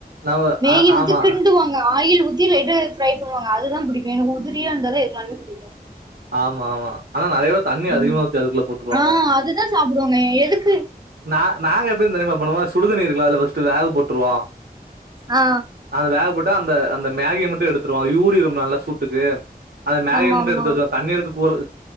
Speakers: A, on the right; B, on the right.
A: நம்ம
B: மேகி
A: ஆ
B: வந்து
A: ஆமா
B: கிண்டுவாங்க ஆயில் ஊத்தி லைட்டா ஃப்ரை பண்ணுவாங்க அதுதா புடிக்கு எனக்கு உதிரியா இருந்தாதா எதுனாலுமே புடிக்கு
A: ஆமா ஆமா ஆனா நெறைய பேரு தண்ணி
B: ம்
A: அதிகமா ஊத்தி அதுக்குள்ள போட்டுருவாங்க.
B: ஆ அதுதான் சாப்டுவாங்க எதுக்கு
A: நா நாங்க எப்டின் தெரியுமா பண்ணுவோ ஸ் சுடுதண்ணி இருக்குல அதுல ஃபர்ஸ்ட்டு வேக போட்டுருவோ
B: ஆ
A: அத வேக போட் டு அந்த அந்த மேகிய மட்டு எடுத்துடுவோ யூரிரும்ம நல்லா சூட்டுக்கு அத மேகிய
B: ஆமா
A: மட்டு
B: ஆமா
A: எடுத்து வச்ச தண்ணி எடுத்து <unintelligible>